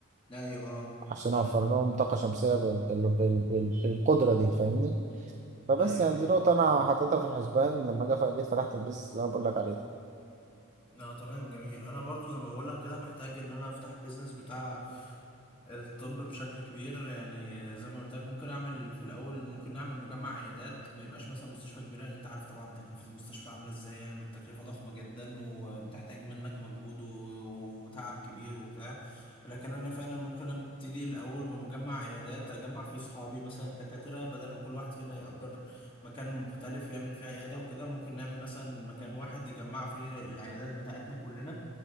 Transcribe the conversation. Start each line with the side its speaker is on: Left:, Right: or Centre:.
Left: ايوه اه
Right: عشان
Left: فاهمك
Right: اوفر لهم طاقه شمسيه بال- بال- بال- بال- بالقدره دي فاهمني فبس
Left: ايوه
Right: يعني
Left: ايوه
Right: دي نقطة أنا حطيتها في الحسبان لما جا- جيت فتحت البيزنس اللي أنا بقول لك عليه ده
Left: لا تمام جميل انا برضو زي ما بقول لك كده محتاج ان انا افتح بيزنس بتاع الطب بشكل كبير يعني زي ما قلت لك ممكن اعمل في الاول ممكن نعمل مجمع عيادات ما يبقاش مثلا مستشفى كبيره لان انت عارف طبعا تكلفه المستشفى عامله ازاي يعني التكلفه ضخمه جدا وبتحتاج منك مجهود و- وتعب كبير وبتاع لكن انا فعلا ممكن ابتدي الاول بمجمع عيادات اجمع فيه صحابي مثلا دكاتره بدل ما كل واحد فينا يأجر مكان مختلف يعمل فيه عيادة وكده ممكن نعمل مثلا مكان واحد يجمع فيه العيادات بتاعتنا كلنا